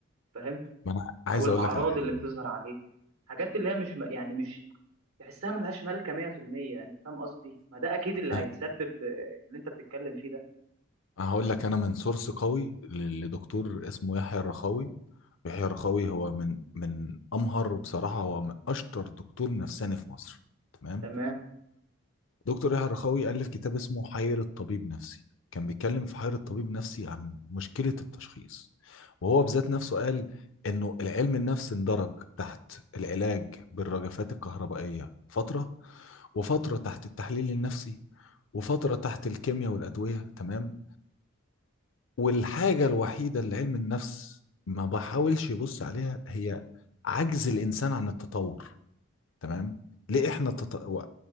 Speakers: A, on the right (about 85°); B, on the left (about 65°).
A: فاهم
B: ما انا عايز
A: او الاعراض
B: اقول لك على حاجة
A: اللي بتظهر عليه حاجات اللي هي مش م- يعني مش تحسها ملهاش مالكه 100% انت فاهم قصدي ما ده اكيد اللي
B: ف-
A: هيسبب آه، اللي انت بتتكلم فيه ده
B: هقول لك انا من سورس قوي ل- لدكتور اسمه يحيى الرخاوي يحيى الرخاوي هو من من امهر بصراحه هو من اشطر دكتور نفساني في مصر تمام
A: تمام
B: دكتور يحيى الرخاوي الف كتاب اسمه حيرة طبيب نفسي كان بيتكلم في حيرة طبيب نفسي عن مشكله التشخيص وهو بذات نفسه قال انه العلم النفس اندرج تحت العلاج بالرجفات الكهربائيه فتره وفتره تحت التحليل النفسي وفتره تحت الكيمياء والادويه تمام والحاجة الوحيدة اللي علم النفس ما بحاولش يبص عليها هي عجز الإنسان عن التطور تمام ليه إحنا تط... و-